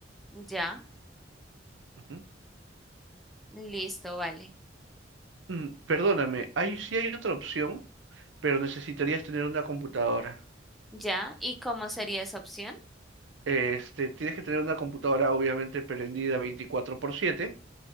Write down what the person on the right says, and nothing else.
Ujú.
Mm, Perdóname, hay, sí hay otra opción, pero necesitarías tener una computadora.
Este, tienes que tener una computadora obviamente prendida 24 por 7